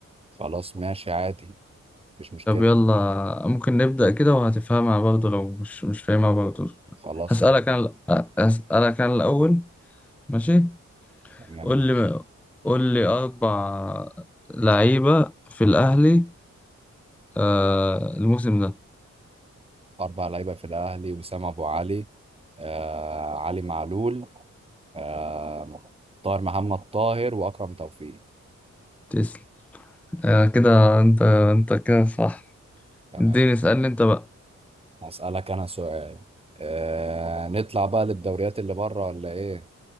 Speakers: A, on the right (about 20°); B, in the centre.
A: خلاص ماشي عادي مش مشكله
B: طب يلا ممكن نبدأ كده وهتفهمها برضه لو مش مش فاهمها برضه
A: خلاص
B: هسألك
A: ماشي
B: انا هسألك انا الاول ماشي
A: تمام
B: قول
A: ماشي
B: لي قول لي أربع لعيبة في الأهلي آه الموسم ده
A: أربع لعيبة في الأهلي وسام أبو علي آه علي معلول آه طاهر محمد طاهر وأكرم توفيق
B: تسلم آه كده أنت أنت كده صح
A: تمام
B: اديني اسألني أنت بقى
A: هسألك أنا سؤال آه نطلع بقى للدوريات اللي بره ولا إيه؟